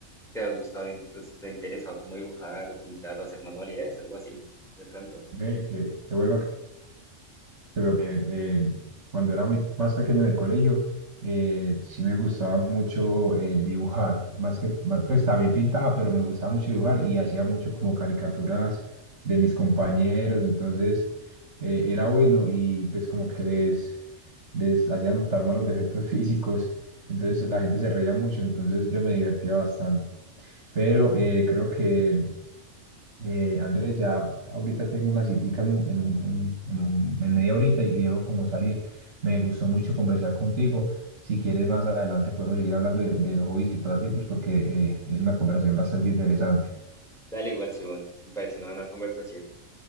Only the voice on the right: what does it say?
Ve, qué, qué bueno Pero eh, eh, cuando era muy más pequeño en el colegio, eh, sí me gustaba mucho eh, dibujar, más que, más- pues también pintaba, pero me gustaba mucho dibujar y hacía mucho como caricaturas de mis compañeros, entonces eh, era bueno y pues como que les, les hacía notar más los defectos <laughs> físicos, entonces la gente se reía mucho, entonces yo me divertía bastante, pero eh, creo que eh, Andrés, ya ahorita tengo una citica en, un- en, un- en, en un- en media horita y debo como salir. Me gustó mucho conversar contigo. Si quieres, más adelante podemos seguir hablando de, de los hobbies y pasatiempos porque eh, es una conversación bastante interesante.